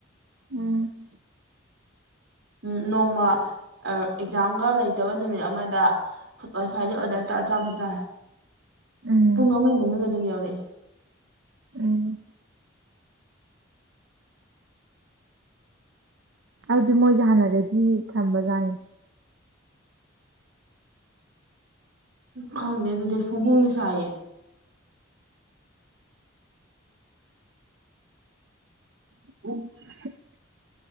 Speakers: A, on the right; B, on the right.
A: ꯎꯝ
B: ꯎꯝ ꯅꯣꯡꯃ ꯑꯦꯛꯖꯥꯝꯒ ꯂꯩꯇꯕ ꯅꯨꯃꯤꯠ ꯑꯃꯥꯗ ꯐꯨꯗ ꯋꯥꯏ ꯐꯥꯏꯗꯥ ꯑꯣꯗꯔ ꯑꯆꯥ‍ꯄꯣꯠ ꯆꯥ
A: ꯎꯝ
B: ꯄꯨꯡ ꯑꯃꯒꯤ ꯃꯅꯨꯡꯗ ꯑꯗꯨꯝ ꯌꯧꯔꯛꯑꯦ
A: ꯎꯝ ꯑꯗꯨꯗꯤ ꯃꯣꯏꯁꯦ ꯍꯥꯟꯅ ꯔꯦꯗꯤ ꯊꯝꯕꯖꯥꯠꯅꯤ
B: ꯈꯪꯗꯦ ꯑꯗꯨꯗꯤ ꯐꯣꯡ ꯐꯣꯡꯗꯤ ꯁꯥꯏꯌꯦ
A: <unintelligible>